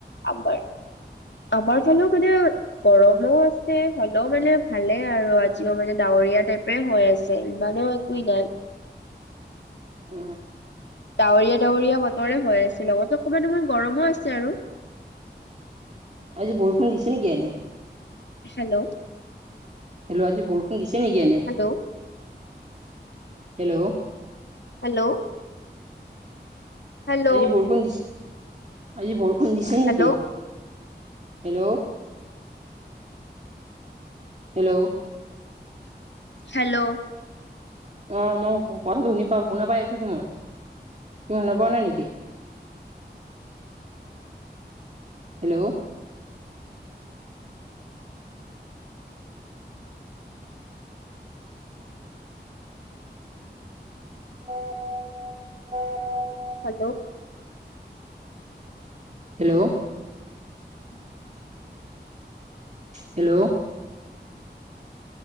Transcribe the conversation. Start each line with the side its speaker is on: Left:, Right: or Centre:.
Left: আবাৰ। আমাৰ ফালেও মানে গৰমো আছে হলেেও মানে ভালে আৰু আজিও মানে ডাৱৰ। ৰীয়া টাইপে হৈ আছে ইমানো একোৱ নাই।
Right: উ।
Left: ডাৱৰীয়া ডাৱৰীয়া বতৰে হৈ আছে লগত অকণমান অাৰ গৰমো আছে আৰু।।
Right: আ যেি বৰষুণ দিছে নেকি এনে।
Left: হেল্ল'।
Right: হেল্ল' আজি বৰষুণ দিছে নেকি এনে।
Left: Hello
Right: hello.
Left: হেল্ল'। হেল্ল'
Right: আজি বৰষুণ দিছে আজি বৰষুণ দিছে নেকি।
Left: Hello
Right: hello. হেল্ল'।
Left: হেল্ল'।
Right: অ মই কথাটো শুনি পা শুনা পাই আছোতো মই তুমি শুনা পোৱা নাই নেকি।
Left: ?
Right: হেল্ল'। উ অ উ।
Left: হেল্ল'।
Right: হেল্ল'।
Left: উম।
Right: হেল্ল'।